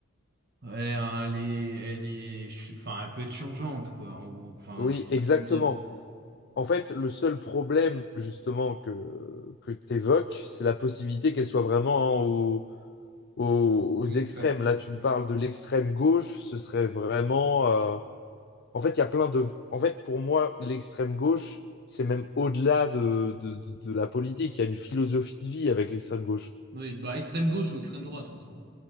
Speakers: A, on the right; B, on the left.
A: Elle est, elle est, elle est, ch- enfin, elle peut être changeante, quoi, en gros. Enfin,
B: Oui,
A: je sais pas
B: exactement.
A: comment dire.
B: En fait, le seul problème justement que, que tu évoques, c'est la possibilité qu'elle soit vraiment hein, au- au- aux extrêmes.
A: Deux extrêmes.
B: Là, tu me
A: Ouais.
B: parles de l'extrême gauche, ce serait vraiment... euh, En fait, il y a plein de... En fait, pour moi, l'extrême gauche, c'est même au-delà de, de, de- de la politique. Il y a une philosophie de vie avec l'extrême gauche.
A: Oui, bah extrême gauche ou extrême droite en soi.